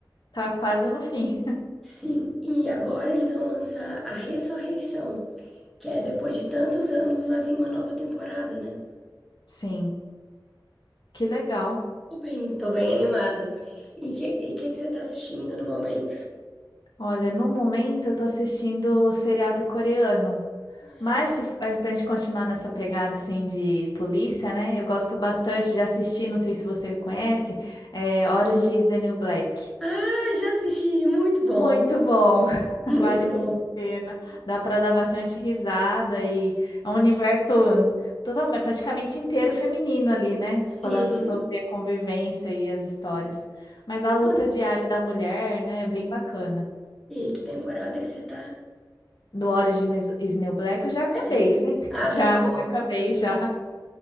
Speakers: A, on the left (about 65°); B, in the centre.
A: Tá quase no fim.
B: Sim, e agora eles vão lançar a Ressurreição, que é depois de tantos anos vai vir uma nova temporada, né?
A: <laughs> Sim, que legal.
B: Tô bem, tô bem animada. E o que, e que que você tá assistindo no momento?
A: Olha, no momento eu tô assistindo o seriado coreano.
B: Ah,
A: Mas se a- pra gente continuar nessa pegada assim de polícia, né? Eu gosto bastante de assistir, não sei se você conhece, é Orange is the New Black.
B: ah, já assisti, muito bom,
A: Muito bom, <laughs>
B: muito
A: vale muito
B: bom.
A: a pena. Dá para dar bastante risada e é um universo totalmente, praticamente inteiro feminino ali, né?
B: Sim.
A: Falando sobre a convivência e as histórias. Mas a luta
B: Quan-
A: diária da mulher, né, é bem bacana.
B: E que temporada que você tá?
A: Do Origin is is New Black eu já acabei.
B: É.
A: Mas-
B: Ah,
A: <laughs> Já,
B: já acabou?
A: já acabei, já.